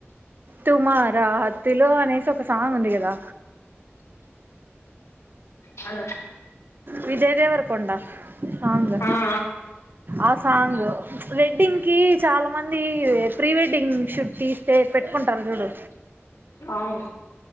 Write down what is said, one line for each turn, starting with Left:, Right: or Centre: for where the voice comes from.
Right: తుమార్ హత్తిలో అనేసి ఒక సాంగ్ ఉంది కదా
Left: హలో
Right: విజయ్ దేవర కొండా సాంగ్
Left: ఆ ఆ
Right: ఆ సాంగ్ వెడ్డింగ్ కి చాలా మంది ప్రీ వెడ్డింగ్ షూట్ తీస్తే పెట్టుకుంటారు చూడు
Left: అవును.